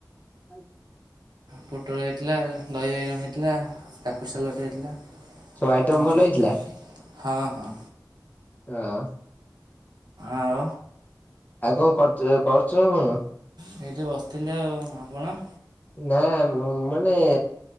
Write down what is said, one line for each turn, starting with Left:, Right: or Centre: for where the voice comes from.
Left: ଆଜ୍ଞା
Right: ପୋଟଳ ହେଇଥିଲା ଦହି ବାଇଗଣ ହେଇଥିଲା କାକୁର୍ ସାଲଟ ହେଇଥିଲା।
Left: ସବୁ ଆଇଟମ
Right: ଏମତି
Left: ଭଲ ହେଇଥିଲା
Right: ହଁ ହଁ।
Left: <inaudible>
Right: ଆଉ।
Left: ଆଉ କଣ କରୁଚ କରୁଛ କଣ?
Right: ହେଇଠି ବସିଥିଲି ଆଉ ଆପଣ?
Left: ନା ମ ମାନେ